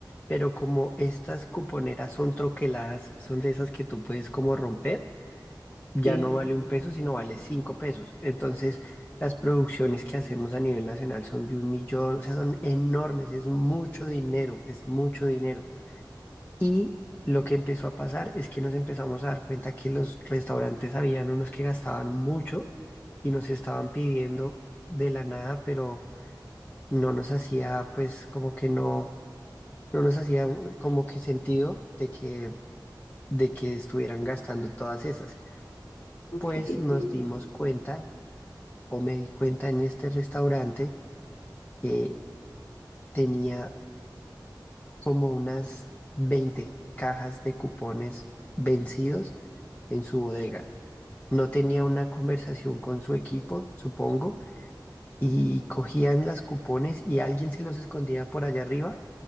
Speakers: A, on the left; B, on the left.
A: pero como estas cuponeras son troqueladas, son de esas que tú puedes como romper, ya
B: Sí.
A: no vale un peso, sino vale cinco pesos. Entonces, las producciones que hacemos a nivel nacional son de un millón, o sea, son enormes, es mucho dinero, es mucho dinero. Y lo que empezó a pasar es que nos empezamos a dar cuenta que los restaurantes habían unos que gastaban mucho y nos estaban pidiendo de la nada, pero no nos hacía pues como que no, no nos hacía un- como que sentido de que, de que estuvieran gastando todas esas.
B: Okay,
A: Pues nos
B: sí.
A: dimos cuenta o me di cuenta en este restaurante que tenía como unas 20 cajas de cupones vencidos en su bodega. no tenía una conversación con su equipo, supongo, y cogían las cupones y alguien se los escondía por allá arriba.